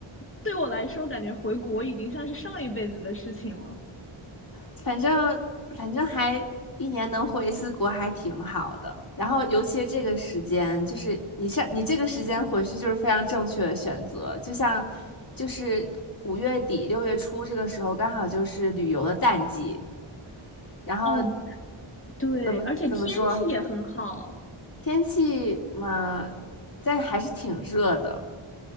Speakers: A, on the left (about 25°); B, on the left (about 45°).
A: 对我来说，感觉回国已经像是上一辈子的事情了。
B: 反正反正还一年能回一次国还挺好的。然后尤其是这个时间，就是你上你这个时间回去就是非常正确的选择。就像就是五月底六月初这个时候，刚好就是旅游的淡季。然后
A: 哦，对，
B: 怎么怎么说，
A: 而且天气也很好，
B: 天气嘛，但还是挺热的。